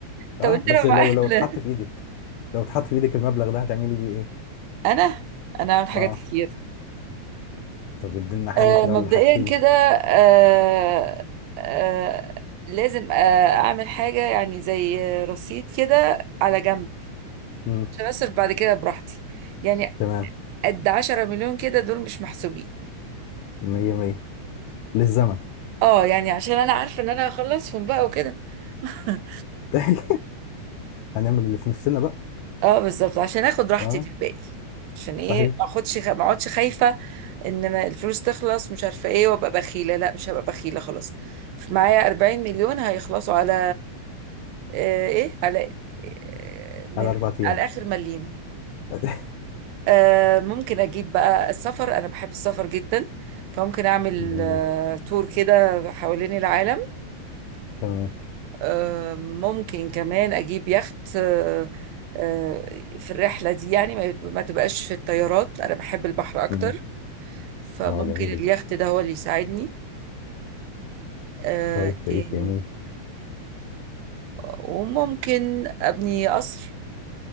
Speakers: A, on the right; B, on the left.
A: طب
B: اه
A: انت
B: بس
A: لو معاك
B: لو لو
A: <laughs>
B: اتحط في ايدك لو اتحط في ايدك المبلغ ده هتعملي بيه ايه
A: انا انا عامل حاجات
B: اه
A: كتير
B: طب ادينا حاجه
A: آه،
B: كده
A: مبدئيا
B: ولا حاجتين
A: كده آه، آه، لازم آه، اعمل حاجة يعني زي رصيد كده على جنب
B: امم
A: عشان اصرف بعد كده براحتي يعني
B: تمام
A: قد عشرة مليون كده دول مش محسوبين
B: مية مية للزمن
A: اه يعني عشان انا عارفة ان انا هخلصهم بقى وكده <laughs>
B: <laughs> هنعمل اللي في نفسنا بقى
A: اه بالظبط عشان اخد راحتي
B: اه
A: في الباقي عشان ايه
B: صحيح
A: ما اخدش خ- ما اقعدش خايفة ان ما الفلوس تخلص مش عارفة ايه وابقى بخيلة لا مش هبقى بخيلة خلاص معايا 40 مليون هيخلصوا على آه، ايه على آه، من
B: على اربع ايام
A: على اخر مليم
B: <laughs>
A: آه، ممكن اجيب بقى السفر انا بحب السفر جدا فممكن اعمل
B: جميل
A: آه، تور كده حوالين العالم
B: تمام
A: آه، ممكن كمان اجيب يخت آه، آه، في الرحله دي يعني ما ما تبقاش في الطيارات انا بحب البحر اكتر
B: مم.
A: فممكن
B: اه جميل
A: اليخت ده هو اللي يساعدني آه،
B: طيب
A: تاني
B: ايه تاني
A: وممكن ابني قصر